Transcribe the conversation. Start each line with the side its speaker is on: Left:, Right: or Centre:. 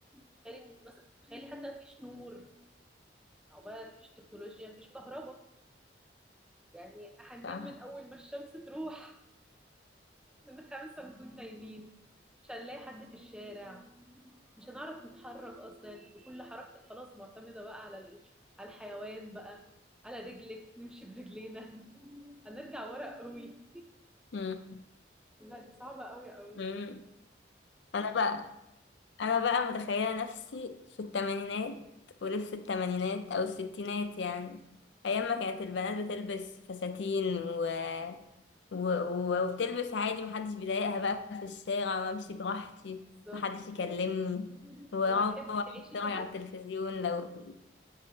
Centre: تخيلي إن مثلا تخيلي حتى مفيش نور او بقى مفيش تكنولوجيا مفيش كهرباء يعني هننام
Left: صح
Centre: من اول ما الشمس تروح من خمسه نكون نايمين مش هنلاقي حد في الشارع مش هنعرف نتحرك اصلا انت كل حركتك خلاص معتمده بقى على ال- على الحيوان بقى على رجلك نمشي برجلينا <laughs> هنرجع ورا قوي
Left: امم
Centre: لا دي صعبه قوي قوي
Left: امم انا بقى انا بقى متخيلة نفسي في الثمانينات ولف الثمانينات او الستينات يعني ايام ما كانت البنات بتلبس فساتين و... و... و... وبتلبس عادي محدش بيضايقها بقى في الشارع وامشي براحتي
Centre: بالظبط
Left: محدش
Centre: تخيل
Left: يكلمني واروح
Centre: طب هتحبي
Left: اتفرج
Centre: تعيشي كده
Left: على التلفزيون لو